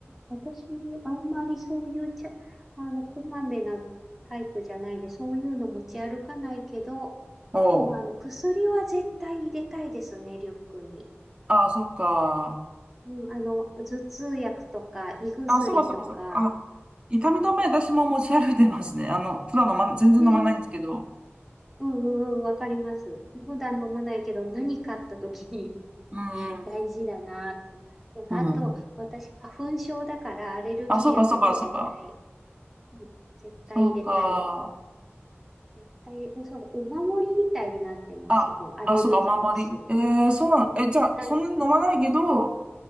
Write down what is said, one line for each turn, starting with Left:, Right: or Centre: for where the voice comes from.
Centre: 私、あんまりそういうちゃ、あの、こまめなタイプじゃないで、そういうの持ち歩かないけど、
Right: おう。
Centre: でも、あの、薬は絶対入れたいですね、リュックに。
Right: ああ、そうか。
Centre: うん、あの、頭痛薬とか、胃薬とか、
Right: あ、そうかそうかそうか。あ、痛み止め私も持ち歩いてますね。あの、普段飲ま、全然飲まないんですけど。
Centre: ね、うんうんうん、わかります。普段飲まないけど、何かあった時に
Right: うん。
Centre: <laughs> 大事だなぁ。そうそうあと、
Right: うん。
Centre: 私、花粉症だから、アレルギー薬も絶対
Right: あ、そうかそうかそうか。
Centre: うん絶対入れたい。
Right: そうか。
Centre: 絶対入れたい。そう、お守りみたいになってます。
Right: あ、
Centre: もう、アレルギーの薬。
Right: あ、そうか、お守り。えー、そうなん、え、じゃあ、
Centre: なん
Right: そんなに飲まないけど、